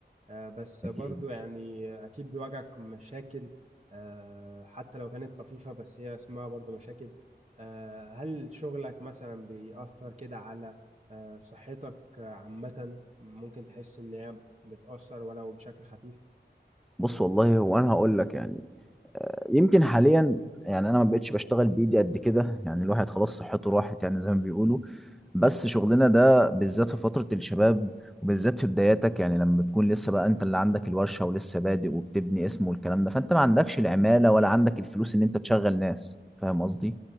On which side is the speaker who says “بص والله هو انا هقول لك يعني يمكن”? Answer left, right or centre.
Centre